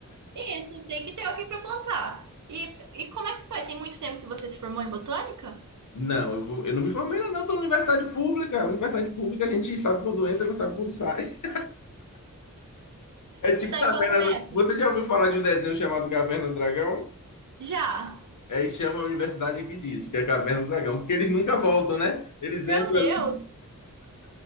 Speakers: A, on the right (about 65°); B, on the left (about 70°).
A: E assim, tem que ter alguém para plantar. E, e como é que foi? Tem muito tempo que você se formou em botânica?
B: Não, eu, vou- eu não me formei ainda, não. Estou na universidade pública. Universidade pública a gente sabe quando entra, não sabe quando sai. <laughs> É tipo
A: Você tá
B: Caverna
A: em qual semestre?
B: do... Você já ouviu falar de um desenho chamado Caverna do Dragão?
A: Já.
B: Aí chama a universidade aqui disso, que é Caverna do Dragão, porque eles nunca voltam, né? Eles entram
A: Meu Deus!
B: ali,